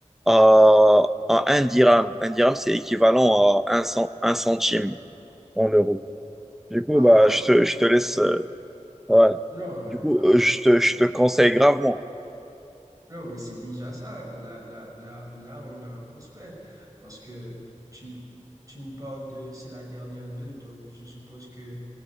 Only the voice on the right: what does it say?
Ah,
ben,
non, mais
bon,
OK.
<laughs>
Non, mais c'est déjà ça. Là, là, là, là, on a un prospect. Parce que tu, tu me parles de c'est la dernière ville, donc je suppose que